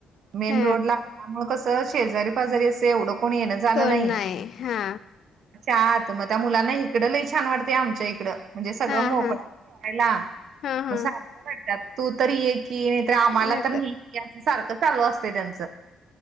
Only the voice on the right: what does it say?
मेन
रोडला म कसं शेजारी पाजारी असं एवढं कोणी येण्या जाण
नाही
आत मग त्या मुलांना इकडं लइ छान वाटते, आमच्या इकडं म्हणजे सगळं
मोकळा
खेळायला
मग सारखं वाटतात तू तरी ये की ये तर आमाला
तर नेह अस सारखं चालू असते त्यांचं